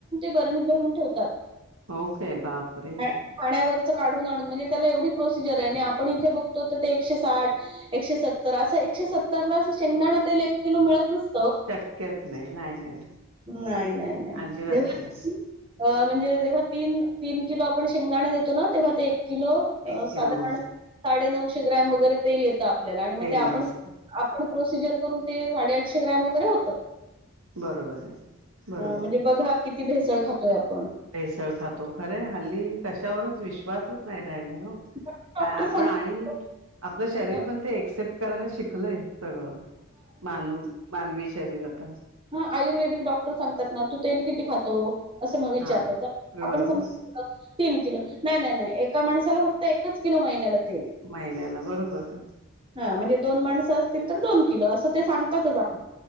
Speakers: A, on the right; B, on the right.
A: बणी भरून ठेवातण्यावर
B: हो काय बापरे
A: काढून आण म्हण त्या एवढी प्रोसिजर आपण इथे बघतो ते एके साठ एके सर असे सतरला शेंगदाणा ते एक किलो मिळत नस
B: शक्यच नाही नाही नाही
A: नाही नाही नाही
B: अजिबात
A: दे
B: नाही
A: अ म्हणजे जेव्हा तीन तीन किलो आपण शेंगदाणे देतो ना तेव्हा ते एक किलो
B: एक
A: साधारण
B: किलो
A: साडे नऊशे ग्रॅम वगैरे तेल येत आपल्याला आणि मग
B: तेल
A: ते आपण
B: बसत
A: आपण प्रोसिजर करून ते साडेआठशे ग्रॅम वगैरे होत
B: बरोबर आहे बरोबर
A: म्हणजे बघा किती भेसळ खातोय आपण
B: भेसळ खातो खरे हल्ली कशावरच विश्वासच नाही हो
A: पण डॉक्टर
B: आपण
A: सांगतात
B: आणि आपलं शरीर
A: अ,
B: पण ते एक्सेप्ट करायला शिकलय सगळं मानव मानवी शरीर आता.
A: हा आयुर्वेदिक डॉक्टर सांगतात ना तू तेल किती खात असं मग विचारत
B: हा
A: तर
B: बरोबर
A: आपण सम तीन किल. नाही नाही नाही एका माणसाला फक्त एकच किलो महिन्याला. तेल.
B: महिन्याला बरोबर.
A: हा म्हणजे दोन माणसं असतील तर दोन किलो असं ते सांगातच आप